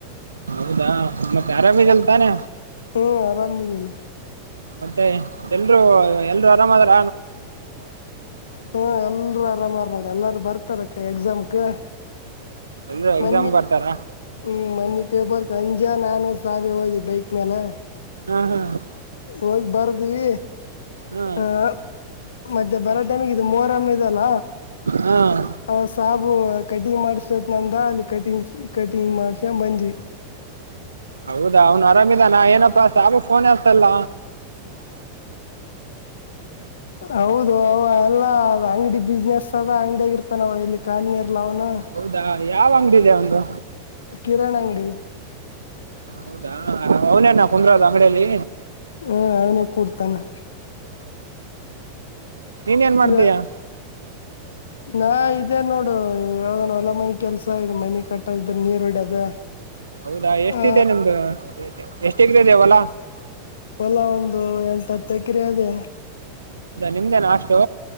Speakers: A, on the right; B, on the left.
A: ಹೌದಾ. ಗಾರ ಬ ಚಲ್ತ ನ.
B: ಹ್ಮ್ ಆರಾಮಿದೀನಿ
A: ಮತ್ತೆ ಎಲ್ರುೂ ಎಲ್ರು ಆರಾಮದ್ರ
B: ಹ್ಮ ಎುವ ಆರಾಮ ನೋಡ ಎಲ್ಲಾರು ಬರ್ತಾರಕ್ಕ ಎಕ್ಸಾಮ್ಗೆ
A: ಎಲ್ರೂ
B: ಮ
A: ಬರ್ತಾರ
B: ಹ್ಮ್ ಮಿ ಪೇಪರ್ ಕಂಜಾಾನಾನ ಸಬಿ ಹೋದಿ ಬೈಕ್ ಮೇಲೆ
A: ಹ್ಮ್ ಹ್ಮ್
B: ಹೋಗಿ ಬರ್ದೀವಿ
A: ಹ್ಮ್
B: ಆ ಮಧ್ಯೆ ಬರತ್ ಇದು ಮೋರಮ್ಮದಲ್ಲ
A: ಹ್ಮ್
B: ಅವಾಗ ಸಾಬು ಕಟಿಂಗ್ ಮಾಡಸತೇತ್ ನಂದ ಅಲ್ಲಿ ಕಟಿಂಗ್ ಕಟಿಂಗ್ ಮಾಡ್ಸ್ಯ ಬಂದ್ವಿ
A: ಹೌದಾ ಅವನ್ ಆರಾಮಿದಾನ ಏನಪ್ಪಾ ಸಾಾಗು ಫೋನ್ ಹಸಲ್ಲ
B: ಹೌದು ಅವ ಎಲ್ಲಾ ಅದ್ ಅಂಗಡಿ ಬಿಸ್ನೆಸ್ ಅದ ಅಂಗಡಿಯ ಆಗ ಇರ್ತ ನಾವ್ ಇಲ್ಲಿ ಕಾಲು ನೀರ್ಲ ಅವನು
A: ಹೌದಾ ಯಾವ ಅಂಗಡಿದೆ ಒಂದು
B: ಕಿರಣ ಅಂಗಡಿ
A: ಹೌದಾ ಅವನೇನಾ ಕುಂದ್ರೋದು ಅಂಗಡಿಯಲ್ಲಿ
B: ಹ್ಮ ಅವನೇ ಕೊಡ್ತಾನ ಅ <inaudible>
A: ನೀನ್ ಏನ್ ಮಾಡ್ತೀಯ
B: ಇವ ನಾ ಇದೇ ನೋಡು ಯಾವ್ದನ್ ಹೊಲ ಮನೆ ಕೆಲ್ಸ ಇದು ಮನೆ ಕಟ್ಟದ ಇದ್ರ ನೀರ್ ಹೊಡ್ಯದ
A: ಹೌದಾ ಎಷ್ಟಿದೆ
B: ಆ
A: ನಿಮ್ದು ಎಷ್ಟ ವಲ
B: ಹೊಲ ಒಂದು ಎಂಟತ್ತು ಹತ್ತಕ್ಕ್ರ ಅದೇ
A: ನಿಮ್ದೇನ ಅಷ್ಟು